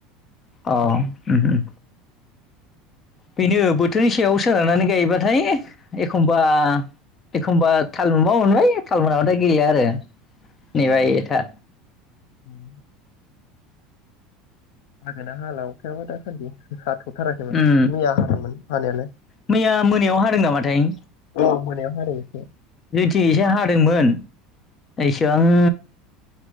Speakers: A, on the left; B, on the left.
A: जायो
B: औ उम बेनो बो थोरनि सायाव सोनारनानै गायोबाथाय एखमबा एखम्बा थाल मोनबा मोनबाय थाल मोनाबाथाय गैया आरो नेबाब था।
A: <inaudible> हागोनना हाला अखायाबा दासान्दि हाथथाराखै माथो
B: उम
A: मैया हादोंमोन हानायालाय
B: मैया मोनायाव हादों नामाथाय
A: औ मोनायाव हादों एसे
B: दिनै एसे हादोंमोन। इसिबां